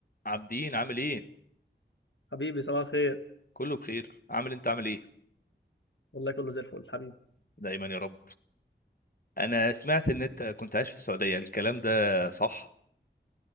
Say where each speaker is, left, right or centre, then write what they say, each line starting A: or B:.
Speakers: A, on the left; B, on the left.
A: عابدين عامل ايه
B: حبيبي صباح الخير
A: كله بخير عامل انت عامل ايه
B: والله كله زي الفل حبيبي
A: دايما يا رب انا سمعت ان انت كنت عايش في السعودية الكلام ده صح